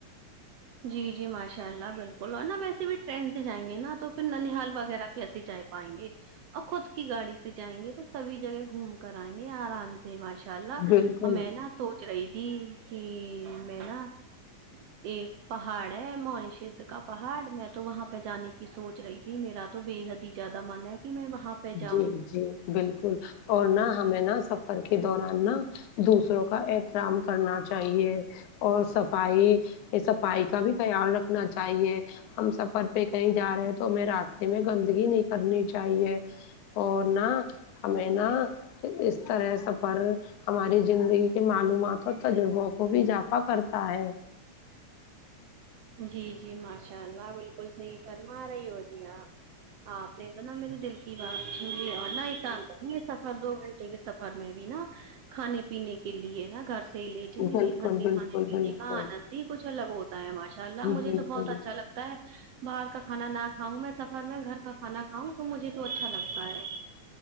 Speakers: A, on the right; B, on the left.
A: جی جی ماشاء اللہ بالکل اور نا ویسے بھی ٹرین سے جائیں گے نا تو پھر ننیال وغیرہ کہ کیسے جا پائیں گے اور خود کی گاڑی سے جائیں گے تو سبھی جگہ گھوم کر آئیں گے آرام سے ماشا ان شاء اللہ
B: بالکل
A: میں نا سوچ رہی تھی کی میں نا ایک پہاڑ ہے موھشائد کا پہاڑ میں تو وہاں پہ جانے کی سوچ رہی تھی میرا تو بے حد ہی زیادہ من ہے کہ میں وہاں پہ جاؤں
B: جی جی بالکل اور نہ ہمیں نا سفر کے دوران نا دوسروں کا احترام کرنا چائیے اور صفائی صفائی کا بھی خیال رکھنا چاہیے ہم سفر پہ کہیں جا رہے ہیں تو ہمیں راستے میں گندگی نہیں کرنی چاہیے اور نا ہمیں نا اس طرح سفر ہماری زندگی کے معلومات اور تجربوں کو بھی اضافہ کرتا ہے
A: جی جی ماشاء اللہ بالکل صحیح فرما رہی ہو جی آپ آپ نے تو نا میرے دل کہ باتپ جلی اور نہ ایک کام کریں گے سفر دو گھنٹے کے سفر میں بھی نا کھانے پینے کے لیے نا گھر سے ہی لے چل
B: بالکل
A: گے گھر کے
B: بالکل
A: کھانے پینے
B: بالکل
A: کا آنند ہی کچھ الگ ہوتا ہے ماشاء اللہ
B: بالکل
A: مجھے تو بہت اچھا لگت لکتا باہر کا کھانا نہ کھاؤں میں سفر میں گھر کا کھانا کاؤں تو مجھے تو اچھا لگتا ہے